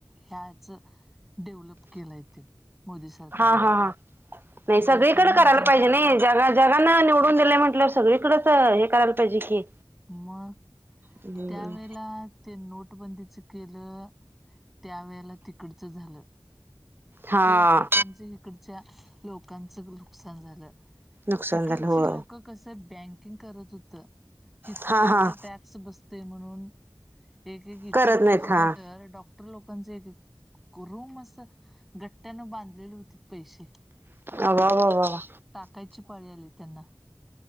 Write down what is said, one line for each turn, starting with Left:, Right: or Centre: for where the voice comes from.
Centre: ह्याच डेव्हलप केलाय त्यो मोदी सरकारनं
Right: हा हा हा नाही
Centre: हे
Right: सगळीकडें
Centre: लोकांना
Right: करायला
Centre: अजून
Right: पाहिजे नाही जग जगाना निवडून दिलंय म्हटल्यावर सगळीकडेच हे करायला पाहिजे की
Centre: मग
Right: हम्म
Centre: त्या वेळायला ते नोटबंदीच केलं त्यावेेळेला तिकडचं झालं
Right: हा
Centre: ते लोकांच इकडच्या लोकांचं नुकसान झालं
Right: नुकसान
Centre: तिकडची
Right: झालं हो
Centre: लोक कस बँकिंग करत होत हिथली
Right: हा
Centre: लोक
Right: हा
Centre: टॅक्स बसते म्हणून एक इचलकरंजी
Right: करत नाहीत हा
Centre: तर डॉक टर लोकांचे एक, एक रूम अस गट्ट्यानं बांधलेली होतीत पैसे
Right: अवा वा वा वा
Centre: टाकायची पाळी आली त्यांना